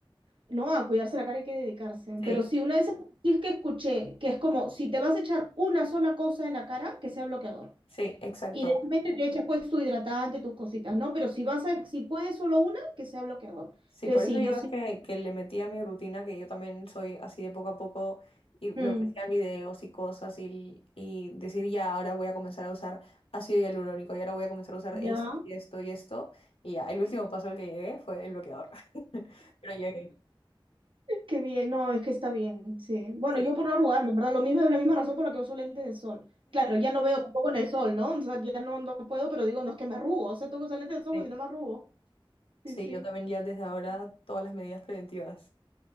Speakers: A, on the right; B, on the left.
A: No, a cuidarse la cara hay que dedicarse.
B: sí,
A: Pero si una vez, si es que escuché que es como si te vas a echar una sola cosa en la cara, que sea bloqueador.
B: sí, exacto.
A: Idealmente te echas pues tu hidratante, tus cositas, ¿no? Pero si vas a, si puedes solo una, que sea bloqueador.
B: Sí,
A: Entonces,
B: por eso
A: sí,
B: yo
A: yo sí.
B: es que, que le metí a mi rutina, que yo también soy así de poco a poco, y me
A: mm,
B: aparecían videos y cosas, y, y decir ya, ahora voy a comenzar a usar ácido hialurónico, y ahora voy a comenzar a usar esto
A: ya,
B: y esto y esto, y ya, el último paso al que llegué fue el bloqueador. <laughs> Pero llegué.
A: <laughs> qué bien. No, es que está bien, sí. Bueno,
B: Sí,
A: yo por no arrugarme, ¿verdad? Lo mismo es la misma razón por la que uso lentes de sol. Claro, ya no veo tampoco en el sol, ¿no? O sea, ya no, no puedo, pero digo, no es que me arrugo. O sea, tengo que usar lentes de sol,
B: sí,
A: porque si no me arrugo.
B: <laughs>
A: Sí,
B: Sí,
A: sí.
B: yo también ya desde ahora todas las medidas preventivas.